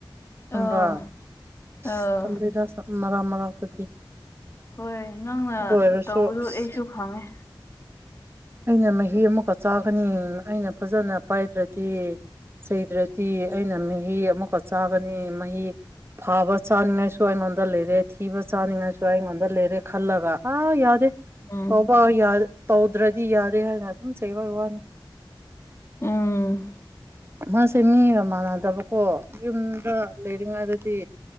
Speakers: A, on the right; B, on the left.
A: ꯈꯪꯕ꯭ꯔ
B: ꯑꯥ
A: ꯁꯁ
B: ꯑꯥ
A: ꯇꯜꯂꯤꯗ ꯃꯔꯛ ꯃꯔꯛꯇꯗꯤ
B: ꯍꯣꯏ ꯅꯪꯅ
A: ꯑꯗꯨ ꯑꯣꯏꯔꯁꯨ
B: ꯇꯧꯕꯗꯨ
A: ꯑꯁ
B: ꯑꯩꯁꯨ ꯐꯪꯉꯦ
A: ꯑꯩꯅ ꯃꯍꯤ ꯑꯃꯨꯛꯀ ꯆꯥꯒꯅꯤ ꯑꯩꯅ ꯐꯖꯅ ꯄꯥꯏꯗ꯭ꯔꯗꯤ ꯆꯩꯗ꯭ꯔꯗꯤ ꯑꯩꯅ ꯃꯍꯤ ꯑꯃꯛꯀ ꯆꯥꯒꯅꯤ ꯃꯍꯤ ꯐꯕ ꯆꯥꯅꯤꯡꯉꯥꯏꯁꯨ ꯑꯩꯉꯣꯟꯗ ꯂꯩꯔꯦ ꯊꯤꯕ ꯆꯥꯅꯤꯡꯉꯥꯏꯁꯨ ꯑꯩꯉꯣꯟꯗ ꯂꯩꯔꯦ ꯈꯜꯂꯒ ꯑꯥ ꯌꯥꯗꯦ
B: ꯎꯝ
A: ꯍꯥꯎꯕ ꯌꯥ ꯗ꯭ꯔꯗꯤ ꯌꯥꯗꯦ ꯍꯥꯏꯅ ꯑꯗꯨꯝ ꯆꯩꯕ ꯋꯥꯅꯤ
B: ꯎꯝ
A: ꯃꯥꯁꯦ ꯃꯤꯒ ꯃꯥꯟꯅꯗꯕꯀꯣ ꯌꯨꯝꯗ ꯂꯩꯔꯤꯉꯩꯗꯗꯤ